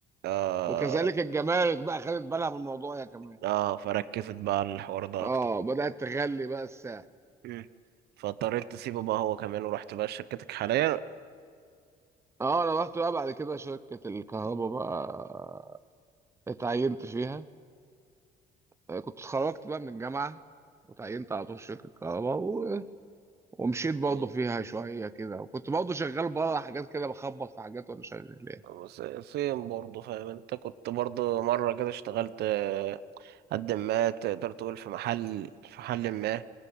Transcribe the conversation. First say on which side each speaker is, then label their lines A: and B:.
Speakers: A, on the right; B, on the right.
A: اه
B: وكذلك الجمارك بقى خدت بالها من الموضوع يا كمان
A: اه فركزت بقى على الحوار ده
B: اه
A: اكتر
B: بدأت تغلي بقى الساعة
A: مم. فاضطريت تسيبه بقى هو كمان ورحت بقى شركتك حاليا
B: اه انا رحت بقى بعد كده شركة الكهرباء بقى اتعينت فيها آه، كنت اتخرجت بقى من الجامعة وتعينت على طول في شركة كهرباء و... ومشيت برضه
A: مم.
B: فيها شوية كده وكنت برضه شغال بره حاجات كده بخبط في حاجات وأنا شغال يعني
A: بس سيم برضه فاهم انت كنت برضه مرة كده اشتغلت آه، قد ما تقدر تقول في محل في محل ما